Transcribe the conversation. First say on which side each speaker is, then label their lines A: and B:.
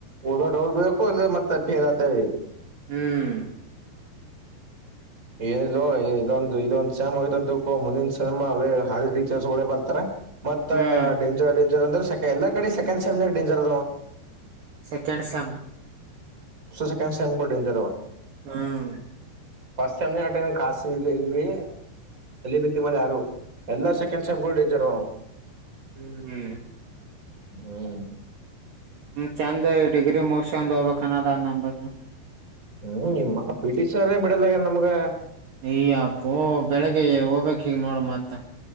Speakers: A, on the right; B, on the right.
A: ರಡ್ ಹೋಗಬೇಕು ಅಲ್ ಮತ್ತ ಫೇರ್ ಆತೇವಿ <unintelligible>
B: ಹ್ಮ್ <unintelligible>
A: ಏನಿಲ್ಲೋ ಇದೊಂದ ಇದೊಂದು ಸಮ್ ಹೋಗ್ತು ಅಂತ ತ ಮುಂದಿನ ಸಮ ಅವೇ ಹಾಲಿ ಟೀಚರ್ಸ್ ಡೆೇ ಬರ್ತಾರೆ <unintelligible> ಮತ್ತತ್
B: ಹ್ಮ್
A: ಡೆಂಜರ್ ಅಡ್ವೆಂಚರ್ ಅಂದ್ರೆ <unintelligible> ಎಲ್ಲ ಕಡೆ ಸೆಕೆಂಡ್ ಸೆಮ್ಮ ಡೆಂಜರ್
B: ಸೆಕೆಂಡ್ ಸಮ್
A: ಸೆಕ್ ೈಮ ಡೇಂಜರ್ <unintelligible>
B: ಹ್ಮ್
A: ಫಸ್ಟ್ ಸೆಮ್ ಕಾಸ ಇದ್ವಿ ಬಿತ್ತ ಮ ಯಾರು ಎಲ್ಲ ಸೆಕೆಂಡ್ ಸೆಮ್ರು <unintelligible>
B: ಹ್ಮ್ ಹ್ಮ್ <unintelligible>
A: ಹ್ಮ್ <unintelligible>
B: ಚೆಂದ ಡಿಗ್ರಿ ಮೋಸಂದ ಹೋಗ್ಬೇಕನ್ನದ ನಂಬದು
A: ಹ್ಮ್ ನಿಮ್ಮ ಪಿ ಟಿ ಸ ಸರ್ೇ ಬಿಡಲ್ಲಾಗ ನಮ್ಗ
B: ಅಯ ಅಪ್ಪ ಬೆಳಗ್ಗೆ ಹೋಗ್ಬೇಕಿಗ್ ನೋಡ ಮತ್ತ